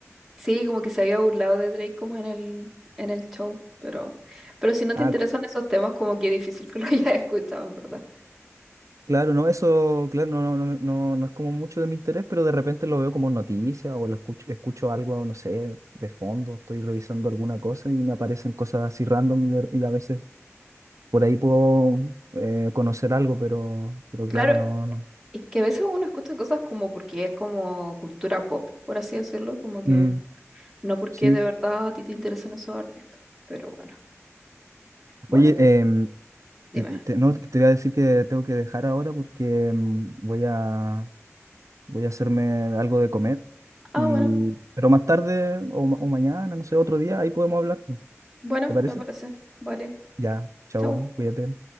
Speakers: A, in the centre; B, on the right.
A: Sí, como que se había burlado de Drake como en el, en el show, pero, pero si no te
B: Ah,
A: interesan
B: c-
A: esos temas, como que es difícil que lo <laughs> hayas escuchado, en verdad.
B: claro, no, eso, claro, no, no, no, no no es como mucho de mi interés, pero de repente lo veo como noticia o lo escucho, escucho algo, no sé, de fondo, estoy revisando alguna cosa y me aparecen cosas así random y, de- y a veces por ahí puedo eh, conocer algo, pero, pero
A: Claro,
B: claro, no, no.
A: es que a veces uno escucha cosas como porque es como cultura pop, por así decirlo, como que
B: Mm,
A: no porque
B: sí.
A: de verdad a ti te interesan esos artistas, pero bueno, bueno,
B: Oye,
A: te-
B: em,
A: dime.
B: Te, te- no, te voy a decir que tengo que dejar ahora porque mm, voy a, voy a hacerme algo de comer.
A: Ah,
B: Y,
A: bueno,
B: pero más tarde o, ma- o mañana, no sé, otro día, ahí podemos hablar.
A: bueno,
B: ¿Te parece?
A: me parece. Vale,
B: Ya, chao,
A: chau.
B: cuídate.